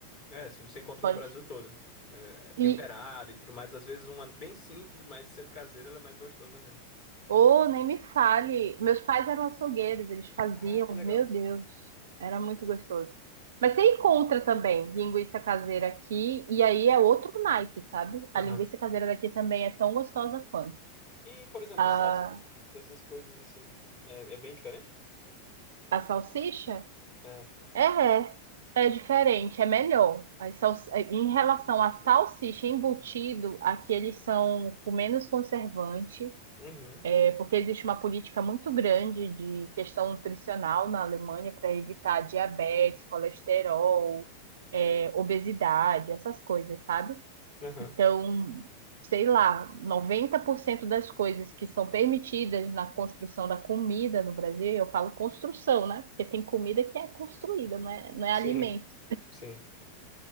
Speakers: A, on the left; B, on the right.
A: é, assim, você encontra
B: pode.
A: no Brasil todo. É, temperada
B: E,
A: e tudo mais. Às vezes uma bem simples, mas sendo caseira, ela é mais gostosa mesmo.
B: oh, nem me fale. Meus pais eram açougueiros, eles faziam,
A: Ah, que legal.
B: meu Deus, era muito gostoso. Mas você encontra também linguiça caseira aqui, e aí é outro naipe, sabe?
A: Aham.
B: A linguiça caseira daqui também é tão gostosa quanto.
A: E, por exemplo,
B: A,
A: salsicha, essas coisas assim, é, é bem diferente?
B: a salsicha
A: É.
B: É, é É diferente, é melhor. As salsi- é, Em relação à salsicha embutido, aqui eles são com menos conservante,
A: Uhum.
B: é, porque existe uma política muito grande de questão nutricional na Alemanha para evitar diabetes, colesterol, é, obesidade, essas coisas, sabe?
A: Aham.
B: Então, sei lá, 90% das coisas que são permitidas na construção da comida no Brasil, eu falo construção, né? Porque tem comida que é construída, não é, não é
A: Sim,
B: alimento.
A: sim.